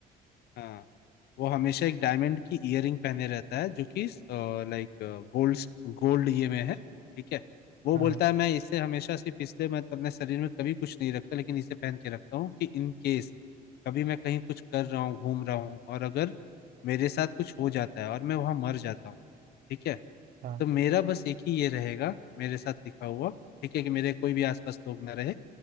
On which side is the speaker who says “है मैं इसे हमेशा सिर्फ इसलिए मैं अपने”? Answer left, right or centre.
Left